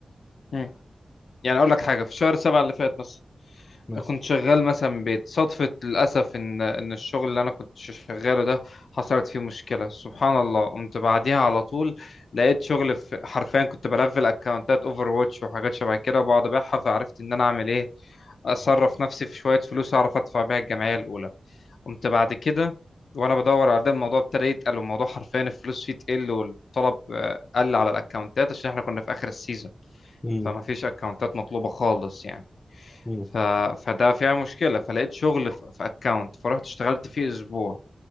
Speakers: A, on the left; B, on the left.
A: مم. يعني اقول لك حاجه في شهر سبعة اللي فات مثلا
B: بس
A: كنت شغال مثلا من بيت صدفه للاسف ان ان الشغل اللي انا كنت ش- شغاله ده حصلت فيه مشكله سبحان الله قمت بعديها على طول لقيت شغل في حرفيا كنت بلفل اكونتات اوفر واتش وحاجات شبه كده وبقعد ابيعها فعرفت ان انا اعمل ايه اصرف نفسي في شويه فلوس اعرف ادفع بيها الجمعيه الاولى قمت بعد كده وانا بدور على ده الموضوع ابتدى يتقل الموضوع حرفيا الفلوس فيه تقل والطلب آه، قل على الاكونتات عشان احنا كنا في اخر السيزون
B: مم.
A: فما فيش اكونتات مطلوبة خالص يعني
B: مم.
A: ف... فده فيها مشكلة فلقيت شغل في في اكونت فرحت اشتغلت فيه اسبوع